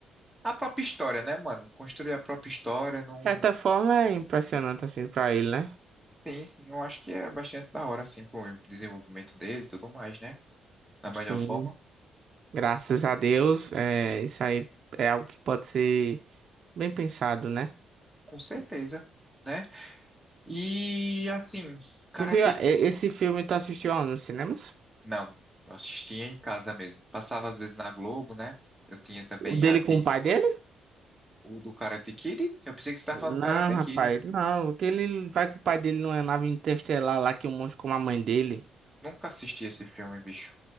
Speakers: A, in the centre; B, on the right.
A: a própria história, né, mano? Construir a própria história não.
B: De certa forma é impressionante assim pra ele, né?
A: Sim, sim, eu acho que é bastante da hora, assim, pro desenvolvimento dele e tudo mais, né? Da melhor
B: Sim.
A: forma,
B: Graças a Deus, é, isso aí é algo que pode ser bem pensado, né?
A: com certeza, né? E, assim, cara
B: Tu viu ah, e- esse filme, tu assistiu aonde, nos cinemas?
A: Não, eu assistia em casa mesmo. Passava às vezes na Globo, né? Eu tinha também
B: O dele
A: a Disney.
B: com o pai dele?
A: O do Karate Kid? Eu pensei que você estava
B: Não,
A: falando do Karate
B: rapaz,
A: Kid.
B: não. O que ele vai com o pai dele numa nave interestelar lá que o monstro com a mãe dele.
A: Nunca assisti esse filme, bicho.